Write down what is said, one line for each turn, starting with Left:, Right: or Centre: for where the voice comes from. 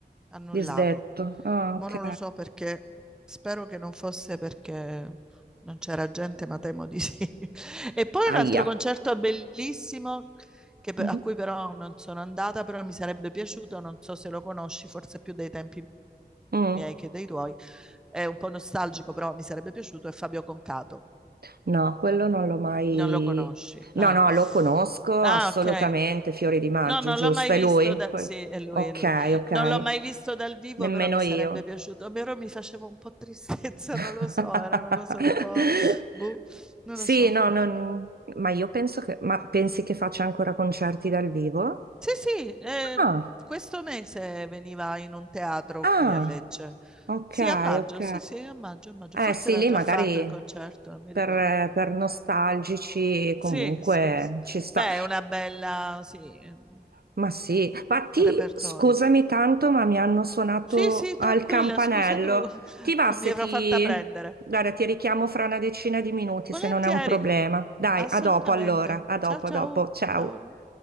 Centre: annullato.
Right: disdetto. Ah,
Centre: Ma
Right: ok.
Centre: non lo so perché, spero che non fosse perché non c'era gente, ma temo di sì. <laughs> E poi
Right: Aia.
Centre: un altro concerto bellissimo, che per-
Right: Mhm.
Centre: a cui però non sono andata, però mi sarebbe piaciuto, non so se lo conosci, forse più dei tempi
Right: Mm.
Centre: miei che dei tuoi, è un po' nostalgico, però mi sarebbe piaciuto, è Fabio Concato.
Right: No, quello non l'ho mai...
Centre: Non lo conosci?
Right: No,
Centre: Ah,
Right: no, lo conosco
Centre: Ah,
Right: assolutamente,
Centre: ok.
Right: Fiori di Maggio,
Centre: No, non
Right: giusto?
Centre: l'ho mai visto
Right: È lui?
Centre: da...
Right: Quel-
Centre: Sì, è lui,
Right: Ok,
Centre: è lui.
Right: ok.
Centre: Non l'ho mai visto dal vivo,
Right: Nemmeno
Centre: però mi sarebbe
Right: io.
Centre: piaciuto. Però mi faceva un po' tristezza,
Right: <laughs>
Centre: <laughs> non lo so, era una cosa un po'... Boh, non
Right: Sì,
Centre: lo so.
Right: no, non...
Centre: vabbè.
Right: ma io penso che... Ma pensi che faccia ancora concerti dal vivo?
Centre: Sì, sì, eh,
Right: Ah,
Centre: questo mese veniva in un teatro
Right: ah,
Centre: qui a Lecce.
Right: ok,
Centre: Sì, a maggio,
Right: ok.
Centre: sì, sì, a maggio, a maggio.
Right: Eh
Centre: Forse
Right: sì,
Centre: l'ha
Right: lì
Centre: già
Right: magari
Centre: fatto il concerto, non mi
Right: per,
Centre: ricordo.
Right: per nostalgici comunque
Centre: Sì, sì, sì.
Right: ci sta.
Centre: Beh, è una bella, sì, ehm,
Right: Ma sì, infatti
Centre: repertorio.
Right: scusami tanto, ma mi hanno suonato
Centre: Sì, sì,
Right: al
Centre: tranquilla,
Right: campanello.
Centre: scusa tu, <laughs>
Right: Ti va se
Centre: mi avrò
Right: ti...
Centre: fatta prendere.
Right: Guarda, ti richiamo fra una decina di minuti
Centre: Volentieri,
Right: se non è un problema. Dai,
Centre: assolutamente.
Right: a dopo allora, a dopo,
Centre: Ciao, ciao,
Right: a dopo. Ciao.
Centre: ciao.